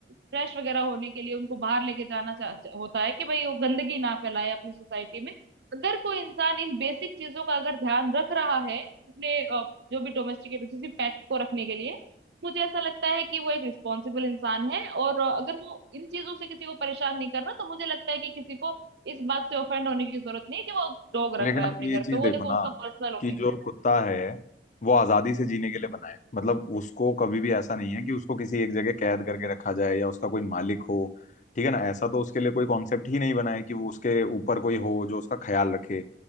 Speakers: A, on the right (about 70°); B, on the left (about 45°).
A: फ्रेश वगैरह होने के लिए उनको बाहर लेके जाना चा, चा- होता है कि भाई वो गंदगी ना फैलाए अपनी सोसाइटी में अगर कोई इंसान इन बेसिक चीजों का अगर ध्यान रख रहा है अपने अ, जो भी डोमेस्टिकेट जैसे पेट को रखने के लिए मुझे ऐसा लगता है कि वो एक रिस्पॉन्सिबल इंसान है और अ, अगर वो इन चीजों से किसी को परेशान नहीं करना तो मुझे लगता है कि किसी को इस बात से ऑफेंड होने की जरूरत नहीं है कि वो डॉग
B: लेकिन
A: रख रहा
B: आप
A: है अपने
B: ये
A: घर
B: चीज
A: पे वो
B: देखो
A: देखो
B: ना
A: उसका पर्सनल ओपिनियन
B: कि जो
A: है
B: कुत्ता है वो आजादी से जीने के लिए बना है मतलब उसको कभी भी ऐसा नहीं है कि उसको किसी एक जगह कैद करके रखा जाए या उसका कोई मालिक हो ठीक है ना ऐसा तो उसके लिए कोई कॉन्सेप्ट ही नहीं बना है कि वो उसके ऊपर कोई हो जो उसका ख्याल रखे